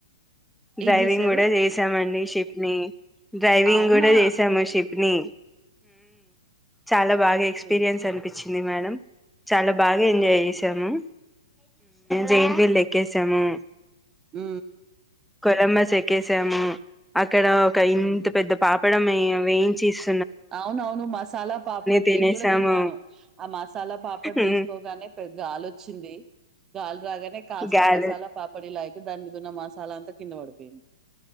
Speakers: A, in the centre; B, on the right.
A: డ్రైవింగ్
B: ఏం జేశారు?
A: కూడా చేసామండి షిప్ ని. డ్రైవింగ్
B: అవునా?
A: కూడా చేసాము షిప్ ని. చాలా బాగా
B: ఓకే.
A: ఎక్స్పీరియన్స్ అనిపించింది మేడం. చాలా బాగా ఎంజాయ్
B: హ్మ్.
A: చేసాము జైంట్వీల్ ఎక్కేసాము.
B: ఉ.
A: కొలంబస్ ఎక్కేసాము. అక్కడ ఒక
B: హ్మ్.
A: ఇంత పెద్ద. పాపడంమ్ వేయించిస్.
B: అవునవును మసాలా పాపడ్
A: తినేసాము
B: నేను కూడా తిన్నాను. ఆ మసాలా పాపడ్
A: ఉమ్
B: తీసుకోగానే పెద్ద గాలొచ్చింది. గాలి రాగానే కాస్త
A: గాలి
B: మసాలా పాపడ్ ఇలా అయితే దాని మీద ఉన్న మసాలా అంతా కింద పడిపోయింది.